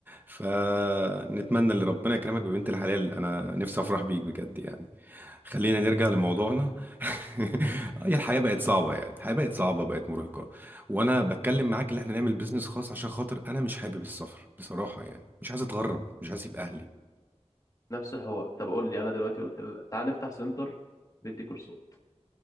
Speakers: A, on the right (about 15°); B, on the left (about 30°).
A: فنتمنى ان ربنا يكرمك ببنت الحلال انا نفسي افرح بيك بجد يعني خلينا نرجع لموضوعنا <laughs> هي الحياة بقت صعبة يعني الحياة بقت صعبة بقت مرهقة وانا بتكلم معاك ان احنا نعمل بيزنس خاص عشان خاطر انا مش حابب السفر بصراحة يعني مش عايز اتغرب مش عايز اسيب اهلي
B: نفس الحوار طب قول لي انا دلوقتي قلت لك تعال نفتح سنتر بدي كورسات